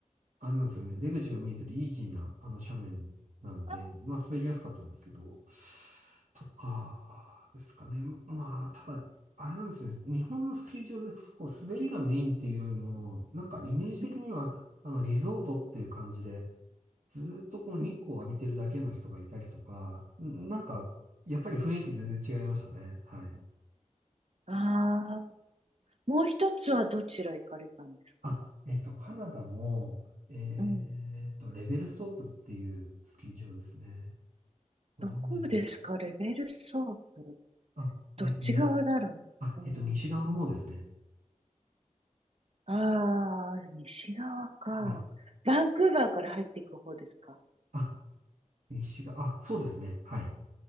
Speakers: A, on the right; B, on the right.
A: あれなんですよね、出口が見えてるイージーな、あの、斜面なんで、
B: あ。
A: まあ、滑りやすかったんですけど、とか、ですかね。まあ、ただ、あれなんですね、日本のスキー場で、こう、滑りがメインっていうよりも、なんか、イメージ的には、
B: うん。
A: あの、リゾートっていう感じで、ずーっとこう日光を浴びてるだけの人がいたりとか、
B: うんうん
A: んなんか、やっぱり雰囲気全然違いましたね。はい。
B: ああ。もう一つはどちら行かれたんですか
A: あ、えっと、カナダも、えっと、
B: うん。
A: レベルストープっていうスキー場ですね。ご存知です。
B: どこですかレベルソープ。
A: あ、
B: どっち側だろう。
A: えっと、に、あ、
B: うん。
A: えっと、西側の方ですね。
B: ああ、西側か。
A: はい
B: バンクーバーから入っていく方ですか
A: あ、西側、あ、そうですね。はい。